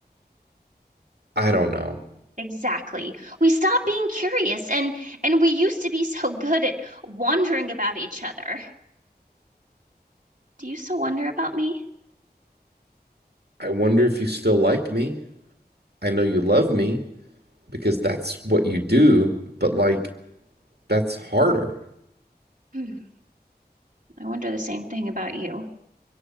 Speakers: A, on the right; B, on the right.
A: I don't know.
B: Exactly. We stopped being curious and and we used to be so good at wondering about each other. Do you still wonder about me?
A: I wonder if you still like me. I know you love me because that's what you do, but like, That's harder.
B: Hmm, I wonder the same thing about you.